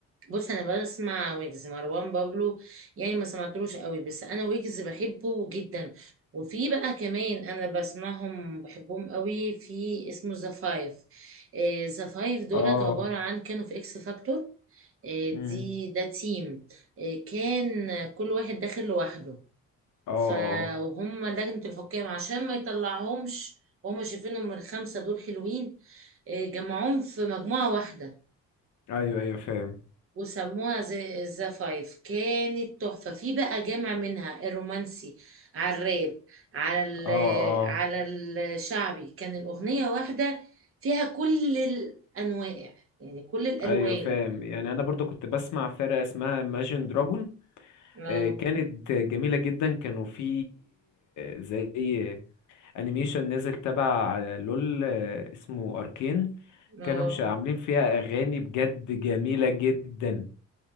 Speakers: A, on the right; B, on the left.
A: بص انا بسمع ويجز مروان بابلو يعني ما سمعتلوش قوي بس انا ويجز بحبه جدا وفي بقى كمان انا بسمعهم بحبهم قوي في اسمه ذا فايف ذا فايف دولت
B: اه
A: عباره عن كانوا في اكس فاكتور آه،
B: امم
A: دي ده تيم آه، كان كل واحد داخل لوحده
B: اه اه
A: فهم لجنة الحكام عشان ما يطلعهمش هم شايفينهم الخمسة دول حلوين آه، جمعوهم في مجموعة واحدة
B: ايوه ايوه فاهم
A: وسموها زي ذا فايف كانت تحفة في بقى جامع منها الرومانسي على الراب على ال
B: اه اه
A: على الشعبي كان الأغنية واحدة فيها كل الأنواع يعني كل الألوان
B: ايوه فاهم يعني انا برضو كنت بسمع فرقة اسمها Imagine Dragon
A: اه
B: آه، كانت جميلة جدا كانوا في زي انيميشن نزل تبع لول آه، اسمه اركين
A: اه
B: كانوا مش عاملين فيها اغاني بجد جميلة جدا